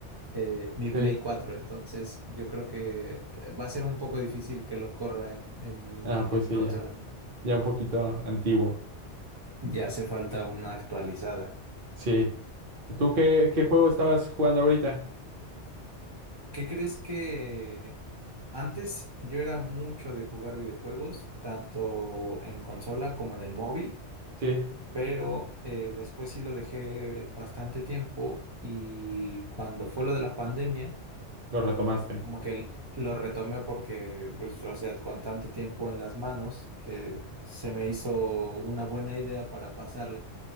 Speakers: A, on the right (about 25°); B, on the right (about 50°).
A: eh, mi Play
B: Sí.
A: 4, entonces yo creo que eh, va a ser un poco difícil que lo corra en, en mi,
B: Ah, pues
A: en
B: sí,
A: mi consola.
B: ya. Ya un poquito antiguo.
A: Ya hace falta una actualizada.
B: Sí. ¿Tú qué, qué juego estabas jugando ahorita?
A: ¿Qué crees que antes yo era mucho de jugar videojuegos, tanto en consola como en el móvil?
B: Sí,
A: pero eh, después sí lo dejé bastante tiempo y cuando fue lo de la pandemia,
B: lo retomaste.
A: como que lo retomé porque, pues, o sea, con tanto tiempo en las manos, eh, se me hizo una buena idea para pasarla.